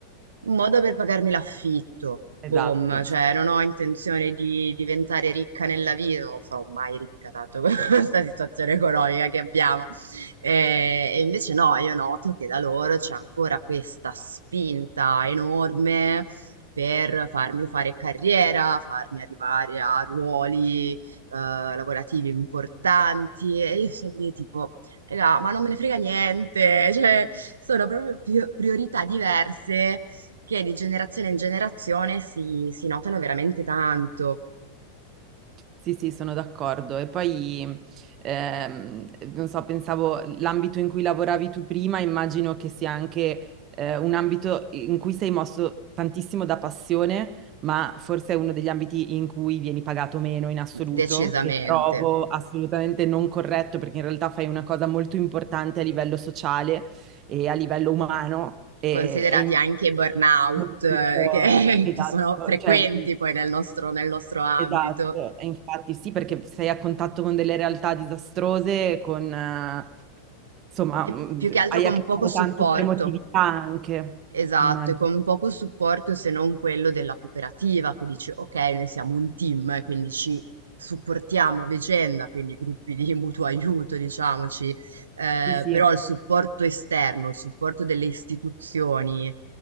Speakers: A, on the right; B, on the right.
A: un modo per pagarmi l'affitto, boom,
B: esatto.
A: cioè, non ho intenzione di diventare ricca nella vita, non sarò mai ricca, tanto con <laughs> questa situazione economica che abbiamo Eh, E invece no, io noto che da loro c'è ancora questa spinta enorme per farmi fare carriera, farmi arrivare a ruoli eh, lavorativi importanti e io sono lì tipo, "Raga, ma non me ne frega niente, <laughs> cioè sono proprio pri- priorità diverse che di generazione in generazione si si notano veramente tanto,
B: Sì, sì, sono d'accordo. E poi, ehm, non so, pensavo l'ambito in cui lavoravi tu prima, immagino che sia anche eh, un ambito in cui sei mosso tantissimo da passione, ma forse è uno degli ambiti in cui vieni pagato meno in assoluto,
A: decisamente.
B: che trovo assolutamente non corretto, perché in realtà fai una cosa molto importante a livello sociale e a livello umano. E,
A: considerati
B: e in-
A: anche i burnout,
B: <laughs>
A: eh, che,
B: Esatto,
A: <laughs> che sono frequenti
B: cioè
A: poi nel nostro, nel nostro ambito.
B: Esatto, e infatti sì, perché sei a contatto con delle realtà disastrose, con, eh, insomma,
A: E
B: mm,
A: più che altro
B: hai
A: con
B: a che
A: poco
B: fare
A: supporto.
B: tanto con l'emotività anche,
A: Esatto,
B: immagino.
A: e con poco supporto se non quello della cooperativa che dice ok, noi siamo un team e quindi ci supportiamo a vicenda, quindi gruppi di mutuo aiuto, diciamoci, eh,
B: Sì, sì,
A: però il supporto esterno, il supporto delle istituzioni